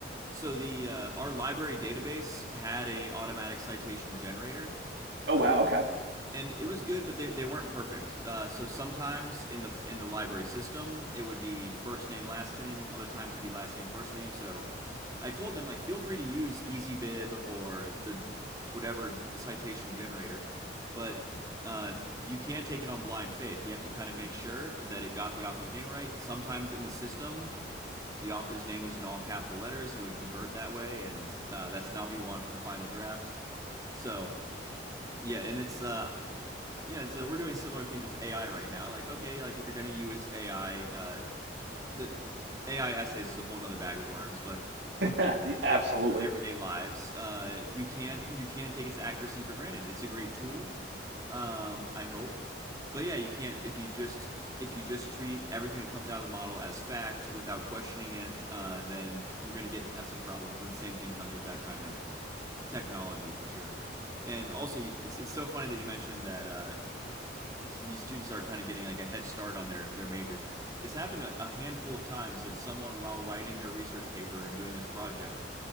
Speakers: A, on the right; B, on the right.
A: so the uh, our library database had a automatic citation generator
B: wow,
A: uh, and it was good but they, they weren't perfect uh, so sometimes in the in the library system it would be first name last name other times it'd be last name first name so i told them like feel free to use EasyBib or the whatever citation generator but uh, you can't take it on blind faith you have to kind of make sure that it got the author's name right sometimes in the system the author's name was in all capital letters and it would convert that way and uh, that's not what you want for the final draft so yeah and it's uh yeah so we're doing similar things with ai right now like okay like if you're going to use ai uh, the AI essays is a whole nother bag of worms, but when
B: okay,
A: people use
B: <laughs> absolutely,
A: AI in their everyday lives, uh, you can't you can't take its accuracy for granted. It's a great tool, um, I hope, but yeah, you can't if you just if you just treat everything that comes out of the model as fact without questioning it, uh, then you're going to get have some problems. And the same thing comes with that kind of technology for sure. And also, it's it's so funny that you mentioned that uh, these students are kind of getting like a head start on their their majors. It's happened a, handful of times that someone, while writing their research paper and doing this project,